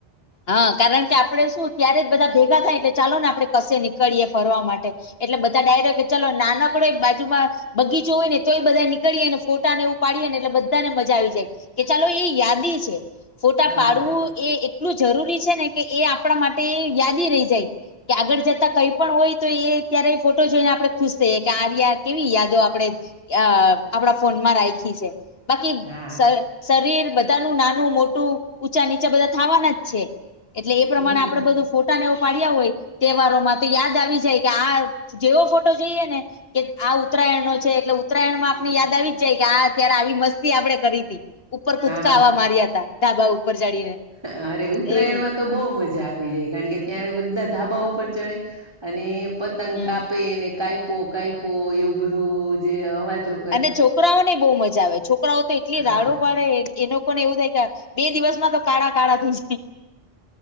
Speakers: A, on the left; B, on the right.
A: હા કારણ કે આપડ શું ત્યારે જ બધા ભેગા થાયટલે ચાલો ને આપડણે કશે નીકળીએ ફરવા માટે એટલે બધા ડાયરેક્ટ ચાલો નાનકડો એક બાજુમાં બગીચો હોય ને તો બધા નીકળીએ નેોટા ને એવું પાડીએ ને એટલે બધાને મજા આવી જાય. કે ચાલો એ યાદી છે. ફોટા
B: હા
A: પાડવું એ એટલું જરૂરી છે ને કે એ આપણા માટે યાદી રહી જાય. કે આગળ જતા કઈ પણ હોય તો એ ત્યારે એ ફોટો જોઈને આપડણે ખુશ થઈએ કે આર્યા કેવી યાદો આપડે અ આપણા ફોનમાં રાખી છે. બાકી
B: હા
A: શરીર બધાનું નાનું મોટું ઊંચા નીચા બધા થવાના એટલે એ પ્રમાણે
B: હમ
A: આપડે બધું. ફોટાનેવ પાડ્યા હોય તહેવારોમાં તો યાદ આવી જાય કે આ જેવો ફોટો જોઈએ ને કે આ ઉત્તરાયણ નો છે એટલે ઉત્તરાયણ માં
B: હમ
A: આપને યાદ આવી જ જાય કે આ અત્યારે આવી મસ્તી આપડણે કરી હતી. ઉપર કૂદકા
B: હા
A: આવા માર્યા હતા ઢાબા ઉપર ચડીને
B: અરે ઉત્તરાયણ
A: એવું
B: માં તો બહ મજા આવી જાય કારણ કે ત્યારે બધા ધાબા ઉપર ચડે અને પતંગ
A: હમ
B: કાપે ને કાપો કાો એવું બધું જે અવાજો
A: અને છોકરાઓ ની બહુ મજા આવે છોકરાઓ તો એટલી
B: હા
A: રાડો પાડે એનો લોકોને એવું થાય કે બે દિવસમાં તો કાળા કાળા થશે.